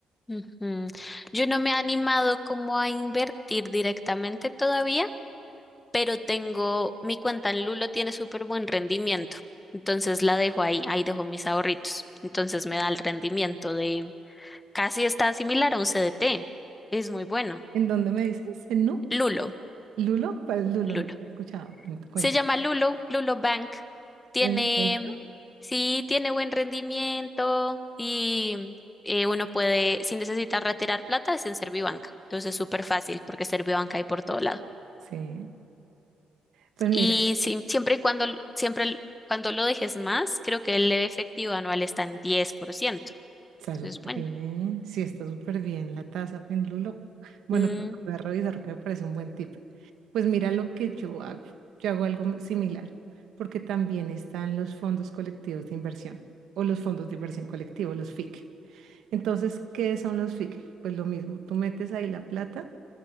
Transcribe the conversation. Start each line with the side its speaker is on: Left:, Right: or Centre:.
Left: Ujú. Yo no me he animado como a invertir directamente todavía pero tengo, mi cuenta en Lulo tiene súper buen rendimiento. Entonces la dejo ahí, ahí dejo mis ahorritos. Entonces me da el rendimiento de casi está similar a un CDT. Es muy bueno.
Right: ¿En dónde me dices? ¿En Nu?
Left: Lulo,
Right: ¿Lulo? ¿Cuál Lulo?
Left: Lulo.
Right: No te he escuchado. Cuenta.
Left: Se llama Lulo, Lulo Bank. Tiene,
Right: ¿En serio?
Left: sí, tiene buen rendimiento y eh, uno puede, si necesita retirar plata, es en Servibanca. Entonces es súper fácil porque Servibanca hay por todos lados.
Right: Sí. Pues mira.
Left: Y sí, siempre y cuando, siempre cuando lo dejes más, creo que el efectivo anual está en diez por ciento
Right: Está
Left: Entonces,
Right: súper
Left: bueno.
Right: bien, sí, está súper bien la taza pendulo. Bueno,
Left: Mm,
Right: pues voy a revisar que me parece un buen tip. Pues mira lo que yo hago. Yo hago algo muy similar, porque también están los fondos colectivos de inversión o los fondos de inversión colectivo, los FIC. Entonces, ¿qué son los FIC? Pues lo mismo, tú metes ahí la plata.